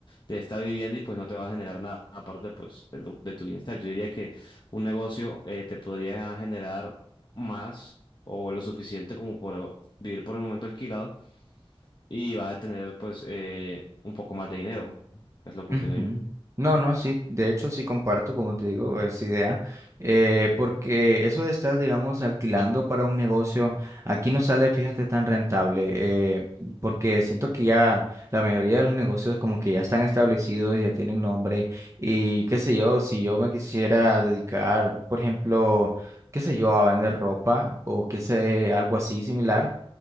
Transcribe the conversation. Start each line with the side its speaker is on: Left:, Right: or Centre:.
Left: de esta vivienda y pues no te va a generar nada aparte pues de, tu de tu bienestar. Yo diría que un negocio eh, te podría generar más o lo suficiente como por vivir por el momento alquilado y vas a tener pues eh, un poco más de dinero, es lo que
Right: Ujú.
Left: opino yo.
Right: No, no, sí, de hecho sí comparto, como te digo, esa idea, eh, porque eso de estar, digamos, alquilando para un negocio, aquí no sale, fíjate, tan rentable, eh, porque siento que ya la mayoría de los negocios como que ya están establecidos, ya tienen nombre, y qué sé yo, si yo me quisiera dedicar, por ejemplo, qué sé yo, a vender ropa o qué sé, algo así similar.